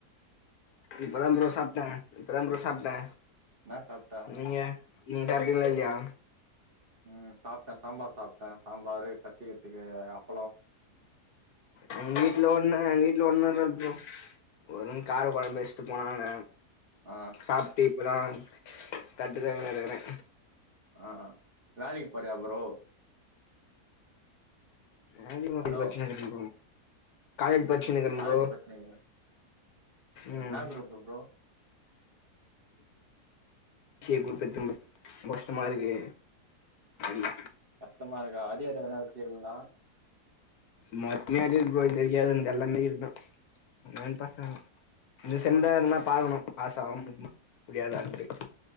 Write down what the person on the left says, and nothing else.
இப்பதா ப்ரோ சாப்ட்டே இப்பதா ப்ரோ சாப்ட்டே
நீங்க நீங்க சாப்டிங்ளா இல்லையா
எங் வீட்ல ஒன்ன எங் வீட்ல ஒன்னு இல்ல ப்ரோ வெறும் காரக் கொழம்பு வச்ட்டு போனாங்க
சாப்ட்டி இப்பதா தட்டு கழுவிணு இருக்குறே
ஆரொனாடிக்
பட்ச்சினு இருக்க ப்ரோ பட்ச்சினு இருக்குற
ப்ரோ
ம்
எப்டி பத்தும் ப்ரோ டமாருக்கு ம்
மொத்தமே அரியர் ப்ரோ இது தெரியாதுன் எல்லாமே இதுதா எங் பசங்க இந்த செம்தா எதனா பக்கணு
பாசாவ முடியுமா முடியாதான்ட்டு